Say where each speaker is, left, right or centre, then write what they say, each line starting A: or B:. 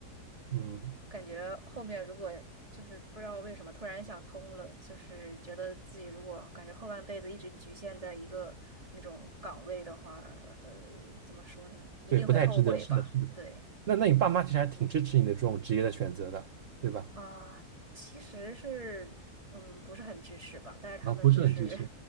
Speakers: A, on the right (about 55°); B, on the right (about 20°).
A: 嗯，
B: 感觉后面如果就是不知道为什么突然想通了，就是觉得自己如果感觉后半辈子一直局限在一个那种岗位的话，呃，怎么说呢？一定会后悔吧？
A: 对，不太值得，是的，是的。
B: 对
A: 那那你爸妈其实还挺支持你的这种职业的选择的，对吧？
B: 啊，其实是嗯，不是很支持吧，但是他们就是
A: 啊，不是很支持，